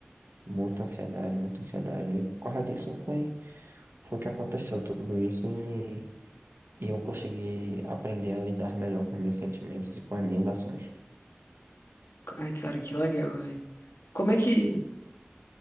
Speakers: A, on the right; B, on the left.
A: Muita ansiedade, muita ansiedade. E por causa disso foi, foi que aconteceu tudo isso e, e eu consegui aprender a lidar melhor com os meus sentimentos e com as minhas ações.
B: Ai, cara, que legal, velho. Como é que,